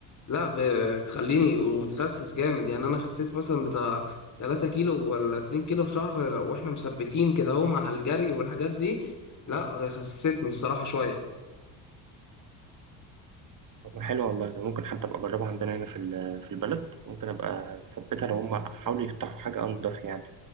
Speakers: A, on the left; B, on the right.
A: لا ب- بتخليني وبتخسس جامد يعني انا خسيت مثلا بتاع 3 كيلو ولا 2 كيلو في شهر لو احنا مثبتين كده اهو مع الجري والحاجات دي لا خسستني الصراحة شوية
B: طب ما حلو والله ده ممكن حتى ابقى اجربها عندنا هنا في ال- في البلد ممكن ابقى اثبتها لو هم حاولوا يفتحوا حاجه انضف يعني